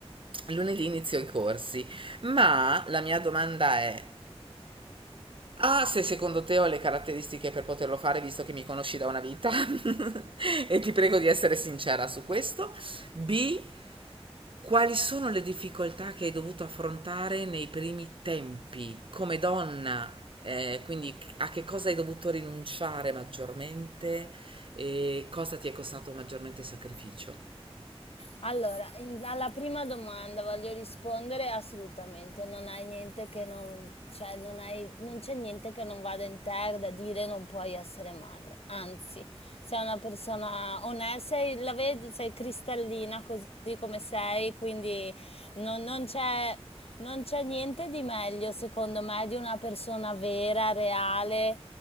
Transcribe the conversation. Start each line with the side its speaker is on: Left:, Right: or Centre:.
Right: lunedì inizio i corsi, ma la mia domanda è, ah, se secondo te ho le caratteristiche per poterlo fare, visto che mi conosci da una vita, <laughs> e ti prego di essere sincera su questo, B, quali sono le difficoltà che hai dovuto affrontare nei primi tempi come donna? Eh, quindi c- a che cosa hai dovuto rinunciare maggiormente e cosa ti è costato maggiormente sacrificio?
Left: Allora, in- alla prima domanda voglio rispondere assolutamente, non hai niente che non, cioè, non hai- non c'è niente che non vada in te da dire non puoi essere madre. Anzi, sei una persona onesta, sei, la vedi, sei cristallina così come sei, quindi non, non c'è non c'è niente di meglio, secondo me, di una persona vera, reale